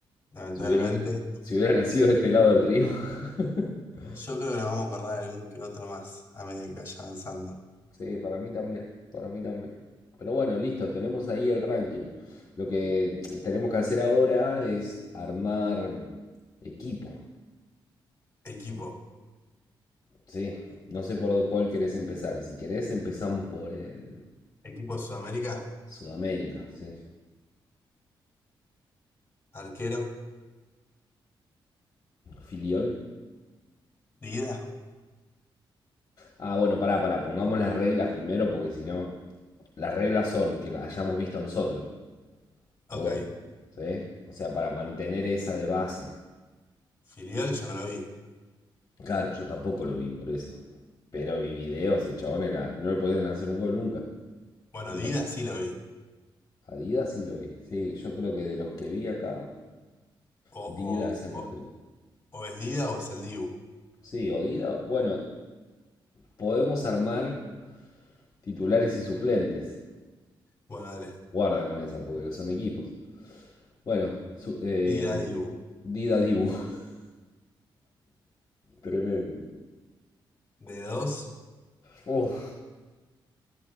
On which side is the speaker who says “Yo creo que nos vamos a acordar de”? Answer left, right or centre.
Left